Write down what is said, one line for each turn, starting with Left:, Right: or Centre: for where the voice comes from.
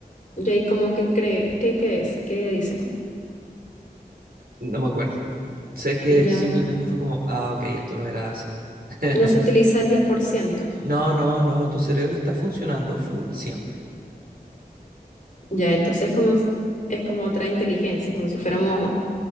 Left: Y ahí como que cree, ¿qué, qué es? ¿Qué dicen?
Right: No me acuerdo. Sé que
Left: Ya,
Right: simplemente fue como, ah, ok, esto no era así. <laughs>
Left: no se utiliza el 10%.
Right: No, no, no, tu cerebro está funcionando full siempre.
Left: Ya, entonces como, s- es como otra inteligencia, como si fuéramos